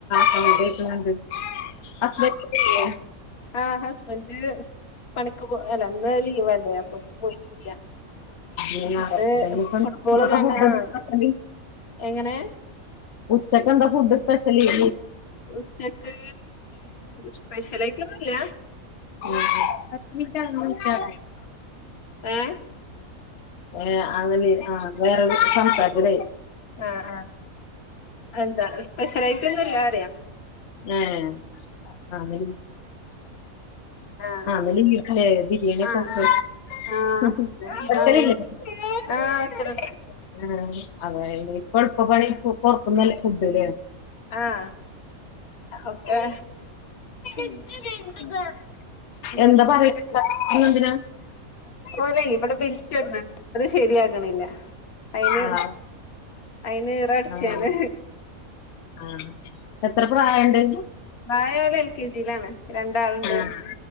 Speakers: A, on the left; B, on the left.
A: സൗണ്ട് കേക്കണ്ട് ഹസ്ബൻഡ് ഇല്ലേ
B: ആ് ഹസ്ബൻഡ് പണക്ക് പോ അന്ന് ലീവ് അല്ലേ പോയിട്ടില്ല
A: ഇല്ലേ ഇന്ന് ഞായറാഴ്ച
B: അത്
A: തന്നെ ഇപ്പം
B: ഫുട്ബോള്
A: ഇന്നത്തെ
B: കണ്ട
A: ഫുഡ് എന്താ
B: ആ
A: സ്പെഷ്യല്
B: എങ്ങനെ
A: ഉച്ചക്ക് എന്താ ഫുഡ് സ്പെഷ്യല
B: ഉച്ചക്ക്െ സ്പെഷ്യലായിട്ട് ഒന്നുംല്ല
A: <unintelligible>
B: ഏഹ്
A: ഏഹ് അതലെ ആ <inaudible> സംസാരത്തില്ലേ
B: ആഹ് ആഹ് എന്താ സ്പെഷ്യലായിട്ട് ഒന്നല്ല അറിയാ
A: ഏഹ് അവല് <inaudible>
B: ആഹ്
A: അവലെ വീട്ടിലെ വീ എങ്ങനെ
B: ആഹ്
A: പോക്ക്
B: ആഹ്
A: ഉം ഉം
B: എന്താണ്
A: എതലില്ലേ
B: ആഹ് എതലൊക്കണ്ട്
A: ആഹ് അതായത് ഇപ്പ എളുപ്പ പണി പുറത്തുനിന്ന് അല്ല ഫൂഡ് ല്ലേ
B: ആഹ് ഒക്കെ എന്ന പിന്നെ
A: എന്താ പറയ എന്തിനാ
B: ഓലെ ഇവിടെ ബിൽറ്റ് ഇട്ണ്ണ് ണ്ട് അത് ശെരിയാക്കണില്ല അയിന്
A: ആഹ്
B: അയിന് ഇറടിചാണ്
A: ആഹ് ആഹ് എത്ര പ്രായണ്ട്
B: പ്രായം ഓല് എൽ കെ ജി ലാണ് രണ്ടാളുണ്ട്
A: ആഹ്